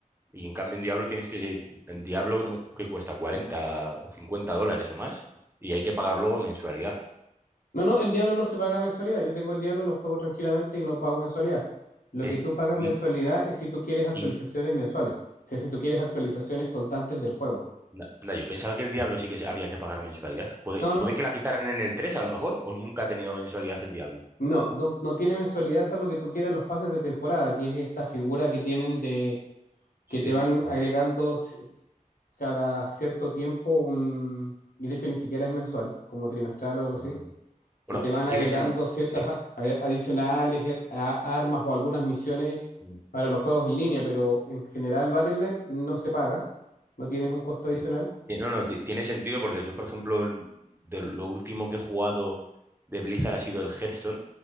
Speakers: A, on the right; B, on the left.
A: Y en cambio en Diablo tienes que ser, en Diablo no- que cuesta 40 o 50 dólares o más y hay que pagar luego mensualidad.
B: No, no, el Diablo no se paga mensualidad, yo tengo el Diablo, lo juego tranquilamente y no pago mensualidad. Lo
A: Eh,
B: que tú pagas
A: y,
B: mensualidad es si tú quieres actualizaciones
A: y
B: mensuales, o sea, si tú quieres actualizaciones constantes del juego.
A: na- anda, yo pensaba que el Diablo sí que se- había que pagar mensualidad. Puede,
B: No, no,
A: puede que la quitaran en el 3 a lo mejor o nunca ha tenido mensualidad el Diablo.
B: no, no, no tiene mensualidad salvo que tú quieras los pases de temporada, que es esta figura que tienen de
A: Sí.
B: que te van
A: Ah,
B: agregando ci- cada cierto tiempo un, y de hecho ni siquiera es mensual, como trimestral o algo así
A: no, no. Bueno,
B: que te van
A: ti- tiene
B: agregando
A: sen-
B: ciertas
A: sí,
B: a- a- adicionales, er- a- armas o algunas misiones
A: sí,
B: para los juegos en línea, pero en general Battle.net no se paga, no tienes un costo adicional.
A: sí. Sí, No, no, ti- tiene sentido porque yo, por ejemplo, l- de lo último que he jugado de Blizzard ha sido el Hearthstone